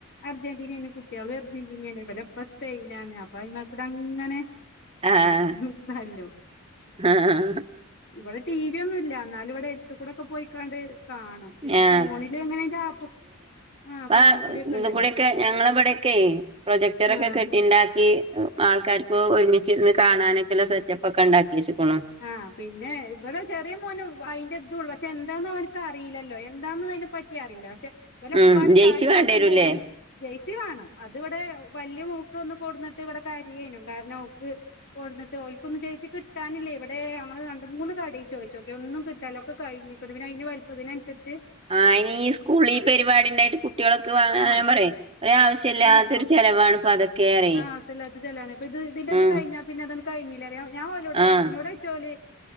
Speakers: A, on the left (about 60°); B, on the right (about 25°).
A: അർജന്റീനയാണ് കുട്ടിയാളും അർജന്റീനയാണ് ഇബല് അപ്പോ സ്പെയിനാണ് അപ്പൊ അയിമേക്ക് ഇത് അങ്ങനെ
B: ആഹ്
A: ഉം തല്ലും
B: ആഹ്
A: ഇവിടെ ടി വി ഒന്നും ഇല്ല എന്നാലും ഇവിടെ അടുത്തുക്കൂടെ പോയിക്കാണ്ട് കാണും പിന്നെ
B: ആഹ്
A: ഫോണില് എങ്ങനെ അതിന്റെ ആപ്പ് ആഹ് ഫോണിൽ
B: ആ
A: കൂടിയൊക്കെ
B: ഇതിൽ
A: ഉണ്ടല്ലോ
B: കൂടെക്കെ ഞങ്ങള് ഇവിടൊക്കെയേ പ്രൊജക്ടറൊക്കെ
A: ആഹ്
B: കെട്ടിയുണ്ടാക്കി ആൾക്കാർക്ക് ഒരുമിച്ചിരുന്ന് കാണാനൊക്കെയുള്ള സെറ്റപ്പ് ഒക്കെ ഉണ്ടാക്കി വച്ചുക്കണ്
A: ആ പിന്നെ ഇവിടെ ചെറിയ മോന് അതിന്റെ ഇത് ഉള്ളൂ പക്ഷെ എന്താന്ന് അവനക്ക് അറിയില്ലല്ലോ എന്താന്ന് അതിനെ പറ്റി- ക്ക അറിയില്ല പക്ഷെ ഇവല് ഒക്കപ്പാടെ
B: ഉം ജെയ്സി
A: ചാടിക്കളിച്ചുമ്പോണ്
B: വേണ്ടിവരൂല്ലേ?
A: ജെയ്സി വേണം അത് ഇവിടെ വലിയ മോൾക്ക് ഒന്ന് കൊട്ന്നിട്ട് ഇവിടെ കരയെന് കാരണം ഓക്ക് <unintelligible> ജെഴ്സി കിട്ടാനില്ലേ ഇവിടെ ഞങ്ങള് രണ്ട് മൂന്ന് കടയി ചോദിച്ചോക്കെ ഒന്നും കിട്ടാലോ ഒക്കെ കഴിഞ്ഞു- <unintelligible> പിന്നെ അതിന് വലിപ്പതിനനുസരിച്ച്
B: ആ അയ്നി ഈ സ്കൂള് ഈ പരിപാടി ഉണ്ടായിട്ട് കുട്ടികളൊക്കെ വാങ്ങാൻ
A: ആഹ്
B: പറയാ ഒരു ആവശ്യമില്ലാതൊരു
A: ആഹ് സ്കൂൾ
B: ചെലവാണ് ഇപ്പ അതൊക്കെ പറയ്.
A: ആഹ് ആവശ്യം ഇല്ലാത്ത ചെലവാണ് ഇപ്പ ഇതിന്റെ അത്
B: ഉം
A: കഴിഞ്ഞ പിന്ന അത് കഴിഞ്ഞീല്ലെ ഞാൻ ഓലോട് പറയും
B: ആഹ്
A: എന്നോട്